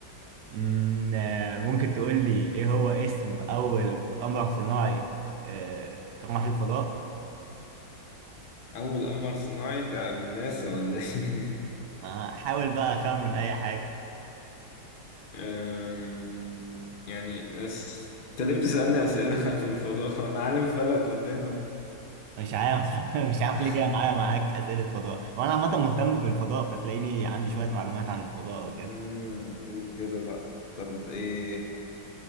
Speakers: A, on the right (about 70°); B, on the left (about 60°).
A: أمم، آه ممكن تقول لي ايه هو اسم اول قمر صناعي آه راح الفضاء
B: أول قمر صناعي ده من ناسا ولا إيه؟
A: ما حاول بقى اخمن اي حاجة
B: <laughs> أم، يعني اس- أنت ليه بتسألني أسئلة <laughs> في الفضاء؟ أنا عالم فلك قدامك
A: مش عارف <laughs> مش عارف
B: <laughs>
A: ليه جاية معايا معاك أسئلة فضاء وانا عامة مهتم بالفضاء فتلاقيني عندي شوية معلومات عن الفضاء وكده
B: أمم، قول كده بقى طب إيه